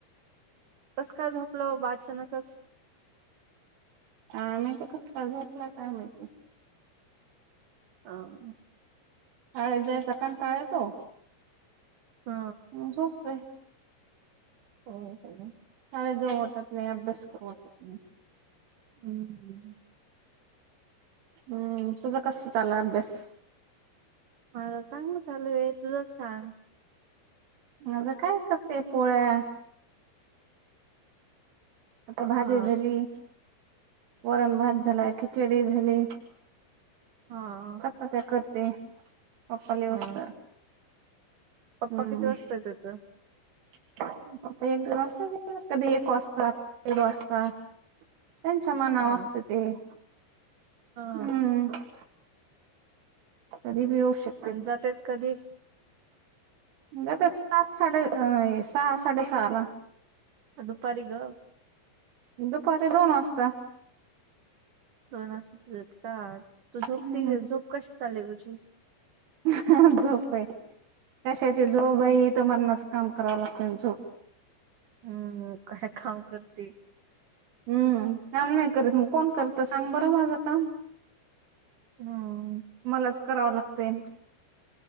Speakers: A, on the right; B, on the right.
A: कस काय झोपलो बा अचानकच.
B: काय ती कस काय झोपला काय माहिती.
A: हा.
B: शाळेत जायचा कंटाळा येतो.
A: ह
B: म झोपतोय.
A: हो हो.
B: शाळेत जाऊ वाटत नाही अभ्यास करू वाटत नाही.
A: हम्म.
B: हम्म तुझं कस चाला अभ्यास.
A: माझा चांगला चालू आहे तुझंच सांग.
B: माझं काय करते पोळ्या. आता भाजी
A: हा
B: झाली वरण भात झालाय खिचडी झाली.
A: हा.
B: आत्ता करते. पप्पाला येऊस
A: हा
B: तोर
A: पप्पा
B: हम्म.
A: किती वाजता येतात
B: <unintelligible> एक दीड वाजता कधी एक वाजता दीड वाजता. त्यांच्या मना
A: हा
B: वर असत ते हम्म.
A: हा
B: कधी बी येऊ शक
A: आणि जात्यात कधी?
B: नकस सात साडे अ य सहा साडे सहा ला.
A: अ दुपारी ग.
B: दुपारी दोन वाजता.
A: दोन वा <unintelligible> का तू झोप
B: हम्म
A: त झोप कशी चालेल तुझी.
B: <unintelligible> झोप हे. कशाची जोब आहेथ मरणाचं काम करावं लागतो झो
A: हम्म काय काम करते.
B: हम् काम नाही करत मग कोण करत सांग बरं माझं काम
A: हम.
B: मलाच कराव लागत.